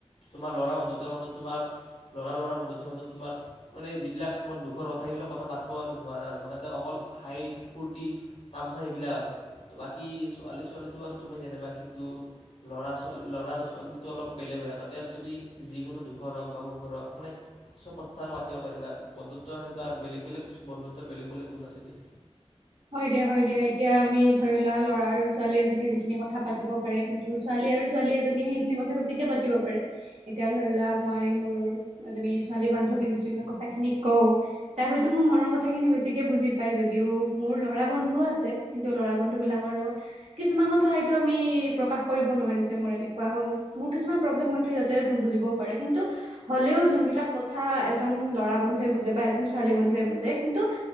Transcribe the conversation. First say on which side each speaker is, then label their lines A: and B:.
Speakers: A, on the left; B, on the right.
A: তোমাৰ ল'ৰা বন্ধুত্বৰ মাজত তোমাৰ ল'ৰা ল'ৰা বন্ধুতৰ মাজত তোমাৰ মানে যিবিলাক তোমাৰ দুখৰ কথা সেইবিলাক কথা পাতিব আৰু নোৱাৰা আৰু মানে এটা অকল হাইট ফূৰ্তি তামচা সেইবিলাক আৰু। বাকী ছোৱালী ছোৱালীটো বাৰু তুমি জিনিবা কিন্তু ল'ৰা-ছোৱালী ল'ৰা-ছোৱালীটো অলপ বেলেগ হয় তাতে আৰু তুমি যিকোনো দুখৰ হওঁক বা সুখৰ হওঁক মানে চব কথা আৰু পাতিব পাৰিবা আৰু বন্ধুত্ব সেনেকুৱা আৰু বেলেগ বেলেগ বন্ধুত্বৰ বেলেগ বেলেগ গুণ আছে দিয়া।
B: হয় দিয়া, হয় দিয়া এতিয়া আমি ধৰিলোৱা ল'ৰা আৰু ছোৱালী এজনীয়ে যিখিনি কথা পাতিব পাৰে কিন্তু ছোৱালী আৰু ছোৱালী এজনীয়ে সেইখিনি কথা বেছিকে পাতিব পাৰে এতিয়া ধৰিলোৱা মই মোৰ এজনী ছোৱালী বান্ধৱীক যদি মই কথা খিনি কও তাই হয়তো মোৰ মনৰ কথা খিনি বেছিকে বুজি পাই যদিও মোৰ লৰা বন্ধুও আছে কিন্তু লৰা বন্ধু বিলাকৰ লগত কিছুমান কথা হয়তো আমি প্ৰকাশ কৰিব নোৱাৰি যে মোৰ এনেকুৱা হ'ল মোৰ কিছুমান প্ৰব্লেম হয়তো সিহঁতে নুবুজিবও পাৰে কিন্তু হ'লেও যোনবিলাক কথা এজন লৰা বন্ধুৱে বুজে বা এজন ছোৱালী বন্ধুৱে বুজে কিন্তু